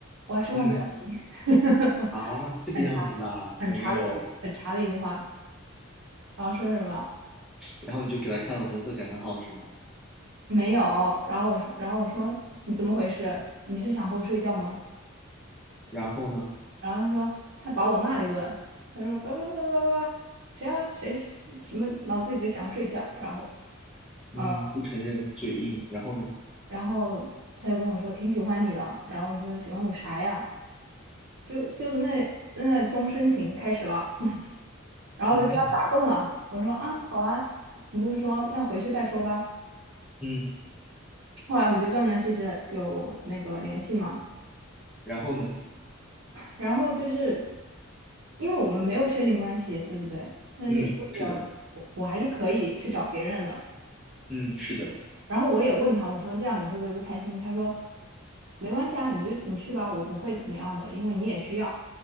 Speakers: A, on the right (about 65°); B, in the centre.
A: 我还是忘不了你。
B: 嗯啊，
A: <laughs>
B: 这个样子的啊朋友，
A: 很长的很长的一句话，然后说什么
B: 然后你就给他看了红色感叹号是吗？
A: 没有，然后我说，然后我说你怎么回事？你是想和我睡觉吗？
B: 然后呢？
A: 然后他说他把我骂了一顿，他说叭叭叭叭叭，谁啊谁是什么脑子里只想睡觉，然后
B: 嗯，
A: 呃，
B: 不承认，嘴硬。然后呢？
A: 然后他就跟我说挺喜欢你的，然后我说喜欢我啥呀？就就那那装深情开始了，然后我就被他打动了，
B: 嗯
A: 我说啊好啊，你这么说那回去再说吧。
B: 嗯，
A: 后来我们就断断续续的有那个联系嘛。
B: 然后呢？
A: 然后就是因为我们没有确定关系，对不对？那就意味着我我还是可以去找别人的。
B: 嗯，是的，嗯，是的
A: 然后我也问他，我说这样你会不会不开心？他说没关系啊，你就你去吧，我不会怎么样的，因为你也需要，